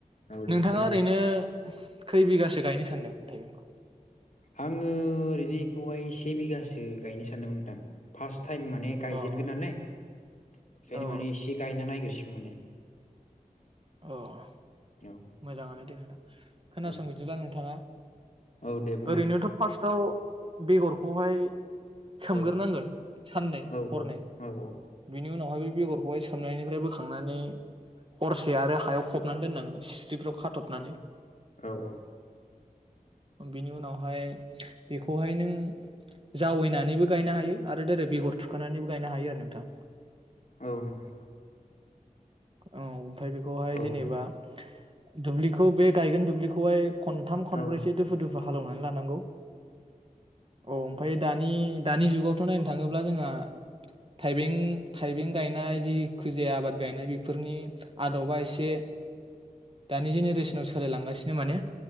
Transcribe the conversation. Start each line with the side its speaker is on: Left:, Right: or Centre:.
Left: औ दे
Right: नोंथाङा
Left: खोन्थालाय
Right: ओरैनो खै बिगासो गायनो सानदों? थाइबेंखौ?
Left: आङो ओरैनो एखौहाय से बिगासो गायनो सानदोंमोन नोंथां फार्स्ट टाइम माने गायजेनगोन
Right: अ औ
Left: नालाय। बेखायनो
Right: औ
Left: माने एसे गायना नायगोरसि माने।
Right: अ
Left: औ
Right: मोजाङानो दे नोंथां। खोनासं
Left: औ
Right: बिदिब्ला नोंथाङा
Left: औ दे बुंलाय
Right: ओरैनोथ'
Left: नोंथां
Right: फार्स्टआव बेगरखौहाय सोमग्रोनांगोन
Left: औ
Right: साननै
Left: औ
Right: हरनै।
Left: औ औ
Right: बिनि उनावहाय बे बेगर खौहाय सोमनायनिफ्राय बोखांनानै हरसे आरो हायाव फबनानै दोन्नानै सिस्रिफ्राव खाथबनानै।
Left: औ औ
Right: बेनि उनावहाय बेखौहाय नों जावैनानैबो गायनो हायो। आरो डाइरेक बेगर थुखानानैबो गायनो हायो आरो नोंथां।
Left: औ नोंगौ।
Right: औ ओमफाय बेखौहाय
Left: औ
Right: जेनेबा
Left: नंगौ
Right: दुब्लिखौ बे गायगोन दुब्लिखौहाय खनथाम खनब्रैसो
Left: औ
Right: दुफु दुफु हालौनानै लानांगौ। औ ओमफाय दानि दानि जुगावथ' नायनो थाङोब्ला जोंहा थाइबें थाइबें गायनाय जि खुजि आबाद गायनाय बे फोरनि आदबा एसे दानि जेनेरेस सनाव सोलाय लांगासिनो माने।